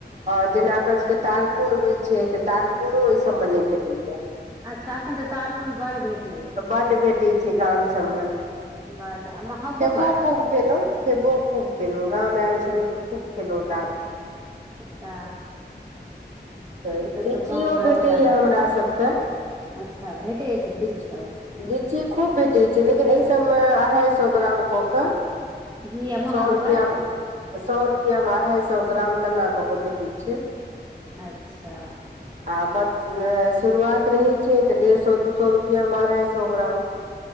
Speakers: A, on the right; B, on the right.
A: ह जेना अपन सबके तारकुन होइ छे त तारकुनो ऐ सबमे ने भेटेया
B: अच्छा ऐखन त तारकुन बड़ भेट
A: त बड्ड भेटे छे गाम सभ में
B: बड्ड आ महगो
A: खेबो
B: बड्ड
A: खूब केलो खेबो खूब खेलो गाम मे आयल
B: जी
A: छे लो त खूब खेलो त
B: अच्छा
A: त
B: ई सब
A: लिची
B: तऽ गाँव
A: यो
B: घरक
A: भेटे
B: ज्यादा
A: या हमरा
B: अछि
A: सबके
B: अच्छा भेटै अछि लीची
A: लिच
B: सब
A: लिची खूब भेटे छे लेकिन ऐ सभ मे अढ़ाई सए ग्राम क के
B: जी आ महग
A: सौ रुपया
B: बड्ड
A: में सौ रुपया में अढ़ाइ स ग्राम तना क के भेटे छे
B: अच्छा
A: आ बड शुरुआत रहे छे त डेढ़ सौ दू सौ रुपया मे अढ़ाइ स ग्राम